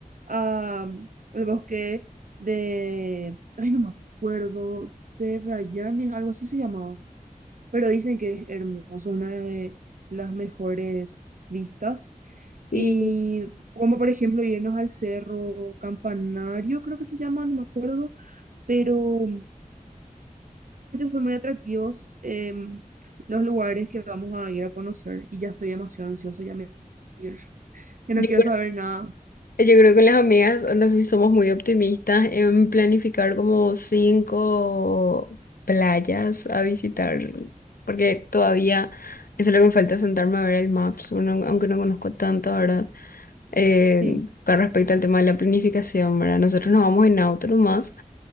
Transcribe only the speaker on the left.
Sí,
Yo
Yo creo que con las amigas, no sé si somos muy optimistas en planificar como cinco playas a visitar, porque todavía eso es lo que me falta sentarme a ver el maps, uno- aunque no conozco tanto, ¿verdad? Eh,
con respecto al tema de la planificación, ¿verdad? Nosotros nos vamos en auto nomás,